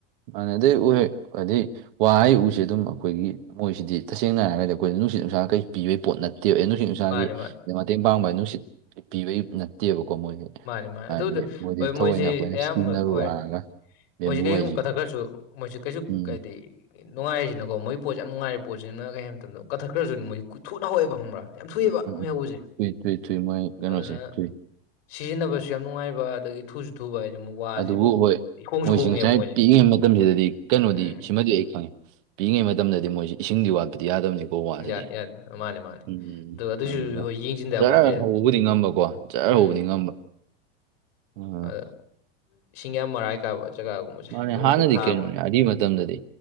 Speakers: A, on the right; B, on the left.
A: ꯃꯥꯅ ꯑꯗꯩ ꯎꯍꯦꯛ ꯑꯗꯩ ꯋꯥꯍꯩ ꯎꯁꯦ ꯑꯗꯨꯝ ꯑꯩꯈꯣꯏꯒꯤ ꯃꯣꯏꯁꯤꯗꯤ ꯇꯁꯦꯡꯅ ꯍꯥꯏꯔꯒꯗꯤ ꯑꯩꯈꯣꯏ ꯅꯨꯡꯠꯅꯨꯡꯁꯥ ꯀꯩ ꯄꯤꯕꯩ ꯄꯣꯠ‌ꯅꯠꯇꯦꯕ ꯑꯩ ꯅꯨꯡꯁꯤꯠꯅꯨꯡ ꯅꯨꯡꯁꯥꯒꯤ
B: ꯃꯥꯅꯤ ꯃꯥꯅꯤ
A: ꯃꯇꯦꯡ ꯄꯥꯡꯕ ꯅꯨꯡꯁꯤꯠ ꯄꯤꯕꯒꯤ ꯅꯠꯇꯦꯕꯀꯣ ꯃꯣꯏꯗꯤ
B: ꯃꯥꯅꯤ ꯃꯥꯅꯤ
A: ꯍꯥꯏꯕꯗꯤ
B: ꯑꯗꯨꯗ
A: ꯃꯣꯏꯗꯤ
B: ꯍꯣꯏ
A: ꯊꯑꯣꯏꯅ
B: ꯃꯣꯏꯁꯤ
A: ꯑꯩꯈꯣꯏꯅ
B: ꯑꯌꯥꯝꯕ
A: ꯁꯤꯖꯤꯟꯅꯔꯨ
B: ꯍꯣꯏ
A: ꯍꯥꯏꯔꯒ <unintelligible> ꯕꯦꯝꯕꯨ
B: ꯃꯣꯏꯁꯤ ꯑꯗꯨꯝ
A: ꯍꯥꯏꯁꯦ
B: ꯀꯠꯊꯈ꯭ꯔꯁꯨ ꯃꯣꯏꯁꯤ ꯀꯩꯁꯨ
A: ꯎꯝ
B: ꯀꯥꯏꯗ‌ꯦ ꯅꯨꯡꯉꯥꯏꯔꯤꯁꯤꯅꯀꯣ ꯃꫭꯏ ꯄꯣꯠꯁ ꯌꯥꯝ ꯅꯨꯡꯉꯥꯏꯔꯤ ꯄꯣꯠꯁꯤꯅ ꯀꯩ ꯍꯥꯏ ꯃꯇꯝꯗ ꯀꯊꯠꯈ꯭ꯔꯁꯨ ꯃꯣꯏꯗꯤ ꯈꯨꯊꯨꯅꯍꯋꯦꯕꯈꯪꯕ꯭ꯔꯥ ꯌꯥꯝ ꯊꯨꯏꯑꯕ
A: ꯎꯝ
B: ꯃꯣꯏ ꯍꯧꯕꯁꯦ
A: ꯊꯨꯏ ꯊꯨꯏ ꯊꯨꯏ ꯃꯣꯏ ꯀꯩꯅꯣꯁꯦ
B: ꯑꯗꯨꯅ
A: ꯊꯨꯏ
B: ꯁꯤꯖꯤꯟꯅꯕꯁꯨ ꯌꯥꯝ ꯅꯨꯡꯉꯥꯏꯕ ꯑꯗꯒꯤ ꯊꯨꯁꯨ ꯊꯨꯕ ꯍꯥꯏꯁꯦ ꯑꯃꯨꯛ ꯋꯥꯁꯤ
A: ꯑꯗꯨꯕꯨ
B: ꯑꯃꯨꯛ
A: ꯍꯣꯏ
B: ꯍꯣꯡꯁꯨ
A: ꯃꯣꯏꯁꯤ
B: ꯍꯣꯡꯉꯦꯕ
A: ꯉꯁꯥꯏ
B: ꯃꯣꯏꯁꯦ
A: ꯄꯤꯛꯏꯉꯩ ꯃꯇꯝꯁꯤꯗꯗꯤ ꯀꯩꯅꯣꯗꯤ
B: ꯎꯝ
A: ꯁꯤꯃꯗꯤ ꯑꯩ ꯈꯪꯉꯦ ꯄꯤꯏꯉꯩ ꯃꯇꯝꯗꯗꯤ ꯃꯣꯏꯁꯤ ꯏꯁꯤꯡꯗꯤ ꯋꯥꯠꯄꯗꯤ ꯌꯥꯗꯕꯅꯤ ꯐꯧ ꯋꯥꯁꯤꯗꯤ
B: ꯌꯥꯏ ꯌꯥꯏ ꯃꯥꯅꯦ ꯃꯥꯅꯦ
A: ꯎꯝ ꯎ
B: ꯑꯗꯨ ꯑꯗꯨꯁꯨ
A: ꯑꯗꯨꯒ
B: ꯍꯣꯏ ꯌꯦꯡꯁꯤꯟꯗ
A: <unintelligible> ꯇꯌꯥ
B: ꯌꯥꯄꯣꯟꯇꯦ
A: ꯍꯧꯕꯕꯨꯗꯤ ꯉꯝꯕꯀꯣ ꯖꯔ
B: ꯎꯝ
A: ꯍꯧꯕꯅꯤ ꯉꯝꯕ ꯎꯝ
B: ꯑꯗ ꯏꯁꯤꯡ ꯌꯥꯝ ꯃꯔꯥꯏ ꯀꯥꯕ ꯖꯒꯥꯒꯨꯝꯕꯁꯦ
A: ꯃꯥꯅꯦ
B: ꯑꯗꯨꯒꯨꯝꯕ
A: ꯍꯥꯟꯅꯗꯤ
B: ꯀꯣꯛ ꯊꯥꯕ
A: ꯀꯅꯣꯅꯦ
B: ꯎꯝ
A: ꯃꯇꯝꯗꯗꯤ